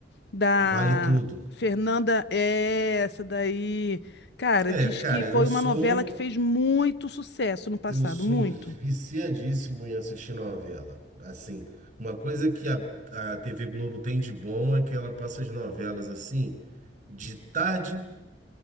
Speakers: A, on the left; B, on the right.
A: Da
B: Vale tudo.
A: Fernanda, é essa daí. Cara,
B: É,
A: diz
B: cara,
A: que foi
B: eu sou
A: uma novela que fez muito sucesso no passado,
B: eu sou
A: muito.
B: viciadíssimo em assistir novela. Assim, uma coisa que a, a TV Globo tem de bom é que ela passa as novelas assim, de tarde,